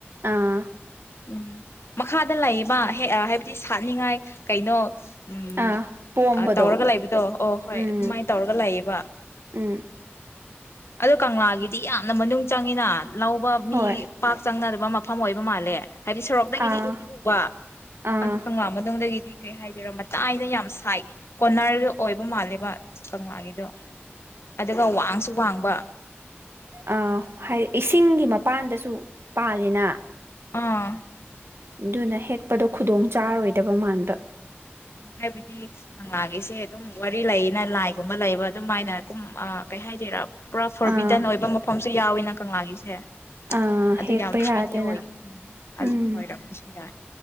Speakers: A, on the right (about 65°); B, on the left (about 75°).
A: ꯑꯥ
B: ꯎꯝ ꯃꯈꯥꯗ ꯂꯩꯌꯦꯕ ꯍꯥꯏꯕꯗꯤ ꯁꯥꯠꯅꯤꯡꯉꯥꯏ ꯀꯩꯅꯣ ꯎꯝ
A: ꯑꯥ ꯄꯣꯝꯕꯗꯣ
B: ꯇꯧꯔꯒ ꯂꯩꯕꯗꯣ ꯑꯣ ꯍꯣꯏ
A: ꯎꯝ
B: ꯑꯗꯨꯃꯥꯏꯅ ꯇꯧꯔꯒ ꯂꯩꯥꯛꯌꯦꯕ
A: <unintelligible>
B: ꯑꯗꯣ ꯀꯪꯂꯥꯒꯤꯗꯤ ꯌꯥꯝꯅ ꯃꯅꯨꯡ ꯆꯪꯉꯤꯅ ꯂꯧꯕ ꯃꯤ
A: ꯍꯣꯏ
B: ꯄꯥꯛ ꯆꯪꯅꯗ ꯃꯐꯝ ꯑꯣꯏꯕ ꯃꯥꯜꯂꯦ ꯍꯥꯏꯗꯤ ꯁꯣꯔꯣꯛꯗꯒꯤꯗꯤ
A: ꯑꯥ
B: ꯎꯗꯤ ꯎꯕ
A: ꯑꯥ
B: ꯑꯗꯨ ꯀꯪꯂ ꯃ ꯑꯗꯨ ꯣꯟꯗꯒꯤꯗꯤ ꯀꯩ ꯍꯥꯏꯗꯣꯏꯔꯣ ꯃꯇꯥꯏꯗ ꯌꯥꯝ ꯁꯥꯏ ꯀꯣꯅꯔꯒ ꯑꯣꯏꯕ ꯃꯥꯜꯂꯦꯕ ꯀꯪꯂꯥꯒꯤꯗꯣ ꯑꯗꯨꯒ ꯋꯥꯡꯁꯨ ꯋꯥꯡꯕ
A: ꯑ ꯍꯥꯏꯗꯤ ꯏꯁꯤꯡꯒꯤ ꯃꯄꯥꯟꯗꯁꯨ ꯄꯥꯜꯂꯤꯅꯥ꯫
B: ꯑꯥ꯫
A: ꯑꯗꯨꯅ ꯍꯦꯛꯄꯗꯣ ꯈꯨꯗꯣꯡ ꯆꯥꯔꯣꯏꯗꯕ ꯃꯥꯟꯕ꯫
B: ꯍꯥꯏꯕꯗꯤ ꯀꯪꯂꯥꯒꯤꯁꯦ ꯑꯗꯨꯝ ꯋꯥꯔꯤ ꯂꯩꯌꯦꯅ ꯂꯥꯏꯒꯨꯝꯕ ꯂꯩꯕ ꯑꯗꯨꯃꯥꯏꯅ ꯀꯨꯝ ꯑ ꯀꯩ ꯍꯥꯏꯗꯥꯏꯔ꯫ ꯄꯨꯔꯥ ꯐꯣꯔꯕꯤꯇꯟ
A: ꯑꯥ
B: ꯑꯣꯏꯕ ꯃꯐꯝꯁꯨ ꯌꯥꯎꯋꯤꯅ ꯀꯪꯂꯥꯒꯤꯁꯦ꯫
A: ꯑꯥ
B: ꯑꯗꯨ
A: ꯍꯦꯛꯄ
B: ꯌꯥꯝ ꯐ꯭ꯔꯤꯗꯤ
A: ꯌꯥꯗꯅ
B: ꯑꯣꯏ ꯎꯝ
A: ꯎꯝ
B: ꯑꯗꯨꯒꯤ ꯑꯣꯏꯔꯝꯒꯅꯤꯅ꯫